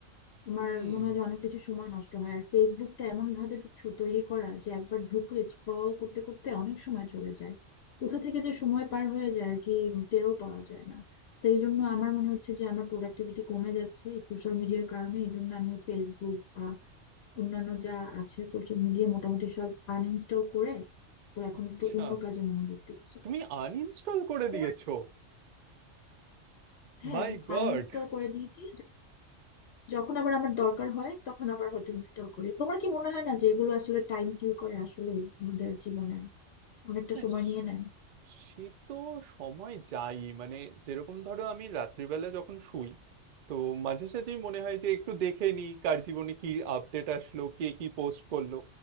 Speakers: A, on the left; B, on the right.
A: আমার
B: হুম
A: মনে হয় যে অনেক বেশি সময় নষ্ট হয় আর ফেসবুকটা এমন ভাবে কিছু তৈরি করা যে একবার ঢুকলে স্ক্রল করতে করতে অনেক সময় চলে যায় কোথা থেকে যে সময় পার হয়ে যায় আর কি টেরও পাওয়া যায় না সেই জন্য আমার মনে হচ্ছে যে আমার প্রোডাক্টিভিটি কমে যাচ্ছে এই সোশ্যাল মিডিয়ার কারণে এই জন্য আমি ফেসবুক বা অন্যান্য যা আছে সোশ্যাল মিডিয়া মোটামুটি সব আনইনস্টল করে তারপর এখন
B: আচ্ছা
A: একটু অন্য কাজে মনোযোগ দিচ্ছি
B: তুমি আনইনস্টল করে
A: তোমার
B: দিয়েছো
A: কি- হ্যাঁ
B: My god
A: আনইনস্টল করে দিয়েছি যখন আবার আমার দরকার হয় তখন আবার হয়তো ইনস্টল করি তোমার কি মনে হয় না যে এগুলো আসলে টাইম কিল করে আসলে আমাদের জীবনে অনেকটা
B: <laughs>
A: সময় নিয়ে নেয়
B: সে তো সময় যাই মানে যেরকম ধরো আমি রাত্রিবেলা যখন শুই তো মাঝে সাঝেই মনে হয় যে একটু দেখে নি কার জীবনে কি আপডেট আসলো কে কি পোস্ট করলো